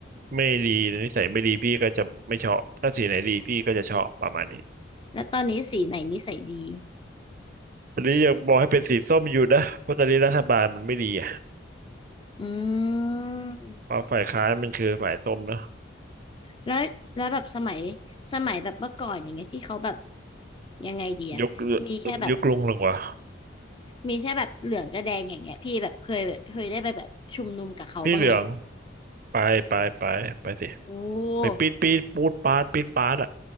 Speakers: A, on the right; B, on the left.
A: ไม่ดีนิสัยไม่ดีพี่ก็จะไม่ชอบถ้าสีไหนดีพี่ก็จะชอบประมาณนี้
B: แล้วตอนนี้สีไหนนิสัยดี
A: วันนี้อยากบอกให้เป็นสีส้มอยู่นะเพราะตอนนี้รัฐบาลมันไม่ดีอ่ะ
B: อืม
A: เพราะฝ่ายค้านมันคือฝ่ายส้มเนอะ
B: แล้วแล้วแบบสมัยสมัยแบบเมื่อก่อนอย่างเงี้ยที่เขาแบบยังไงดีอะมีแค่แบบ
A: ยกยกลุงลงวะ
B: มีแค่แบบเหลืองกับแดงอย่างเงี้ยพี่แบบเคยเคยได้ไปแบบชุมนุมกับเขาบ้างไหม
A: พี่เหลืองไปไปไปไปสิ
B: โอ้
A: ไปปีดปีดปูดปาดปีดปาดอ่ะ